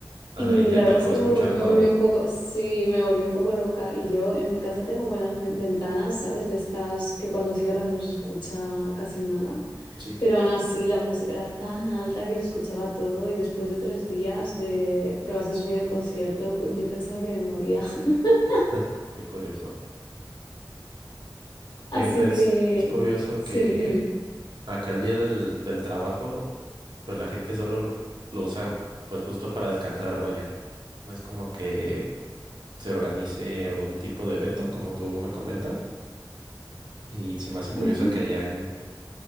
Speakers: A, on the right; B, on the left.
A: Ah,
B: Y
A: y te
B: la
A: tocó
B: verdad es que
A: escuchar
B: me, vol-
A: todo.
B: me volví un poco, sí, me volví un poco loca. Y yo en mi casa tengo buenas me- ventanas, ¿sabes? De estas que cuando cierras no se escucha casi nada.
A: Sí,
B: Pero aún así la música era tan alta que se escuchaba todo. Y después de tres días de pruebas de sonido de concierto, yo pensaba que me moría. <laughs>
A: <laughs> qué curioso.
B: Así
A: Fíjate, es,
B: que,
A: es curioso
B: sí,
A: que
B: dime.
A: acá el día del, del trabajo, pues la gente solo lo, lo usa pues justo para descansar, vaya. No es como que se organice algún tipo de evento, como tú me comentas. Y se me hace
B: Ujú.
A: curioso que allá